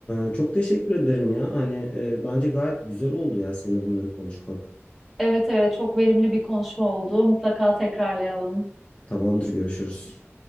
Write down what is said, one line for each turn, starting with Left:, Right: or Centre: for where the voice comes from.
Left: e, çok teşekkür ederim ya. Hani e, bence gayet güzel oldu ya seninle bunları konuşmak.
Centre: Evet evet çok verimli bir konuşma oldu. Mutlaka tekrarlayalım.
Left: Tamamdır görüşürüz.